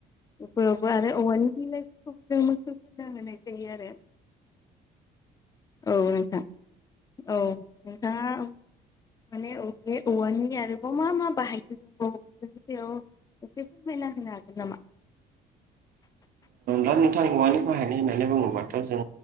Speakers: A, on the left (about 20°); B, on the right (about 60°).
A: बेफोरावबो आरो औवानि बिलाइफोरखौबो जों मोसौफोरनो होनाय जायो आरो औ नोंथां औ नोंथाङा माने अे औवानि आरोबाव मा मा बाहाय दंबावो बेफोरनि सायाव एसे फोरमायना होनो हागोन नामा?
B: दा नोंथां औवानि बाहायनाय होननानै बुङोबाथ' जों